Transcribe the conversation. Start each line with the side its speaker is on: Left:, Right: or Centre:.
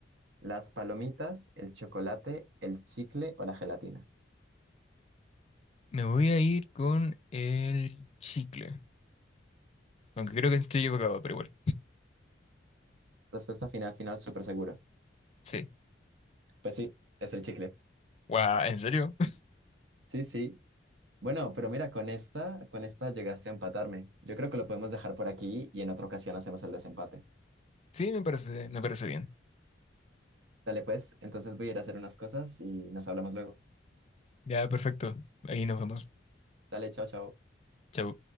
Right: ¿Las palomitas, el chocolate, el chicle o la gelatina?
Left: Me voy a ir con el chicle, aunque creo que estoy equivocado, pero igual.
Right: Respuesta final, final, súper seguro.
Left: Sí.
Right: Pues sí, es el chicle.
Left: Guau, ¿en serio? <laughs>
Right: Sí, sí. Bueno, pero mira, con esta, con esta llegaste a empatarme. Yo creo que lo podemos dejar por aquí y en otra ocasión hacemos el desempate.
Left: Sí, me parece, me parece bien.
Right: Dale, pues, entonces voy a ir a hacer unas cosas y nos hablamos luego.
Left: Ya, perfecto. Ahí nos vemos.
Right: Dale, chao, chao.
Left: Chau.